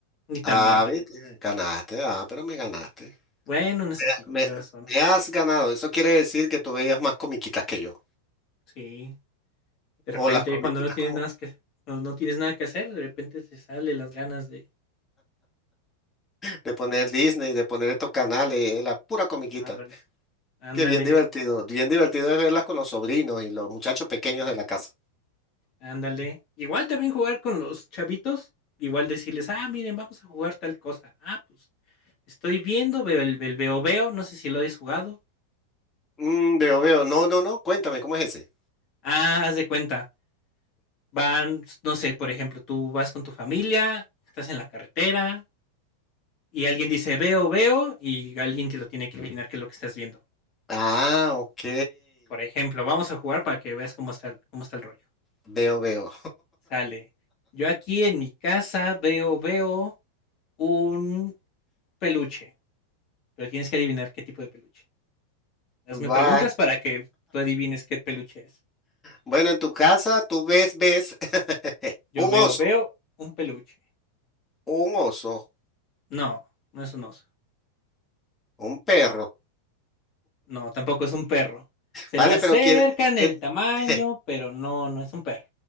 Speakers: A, on the left; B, on the left.
A: Ni tan
B: Ah,
A: mal.
B: viste, ganaste, ah, pero me ganaste.
A: Bueno, en eso
B: Me,
A: sí,
B: me
A: tienes razón.
B: me has ganado, eso quiere decir que tú veías más comiquitas que yo.
A: Sí. De repente,
B: O las comiquitas
A: cuando no tienes
B: como
A: nada que, cuando no tienes nada que hacer, de repente te salen las ganas de,
B: de poner Disney, de poner estos canales, la pura comiquita.
A: ándale, ándale,
B: Que bien divertido, bien divertido es verlas con los sobrinos y los muchachos pequeños de la casa.
A: ándale. Igual también jugar con los chavitos, igual decirles, ah, miren, vamos a jugar tal cosa. Ah, pues Estoy viendo, veo el, el veo veo, no sé si lo habéis jugado.
B: Mm, veo, veo. No, no, no. Cuéntame, ¿cómo es ese?
A: Ah, haz de cuenta. Van, no sé, por ejemplo, tú vas con tu familia, estás en la carretera y alguien dice veo veo y alguien te lo tiene que adivinar qué es lo que estás viendo.
B: Ah, ok.
A: Por ejemplo, vamos a jugar para que veas cómo está, cómo está el rollo.
B: Veo, veo.
A: Sale. Yo aquí en mi casa veo, veo un peluche, pero tienes que adivinar qué tipo de peluche. Hazme
B: Va.
A: preguntas para que tú adivines qué peluche es.
B: Bueno, en tu casa tú ves, ves <laughs>
A: Yo
B: un
A: veo,
B: oso,
A: veo un peluche.
B: un oso,
A: No, no es un oso.
B: un perro.
A: No, tampoco es un perro. Se
B: Vale,
A: le acerca
B: pero quién,
A: en el
B: eh,
A: tamaño,
B: <laughs>
A: pero no, no es un perro.